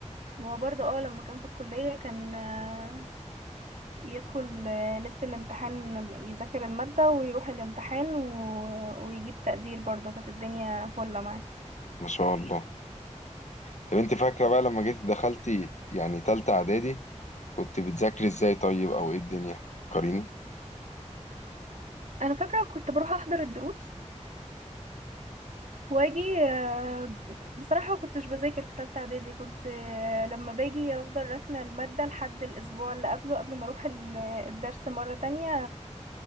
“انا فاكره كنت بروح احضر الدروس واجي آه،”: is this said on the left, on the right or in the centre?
Right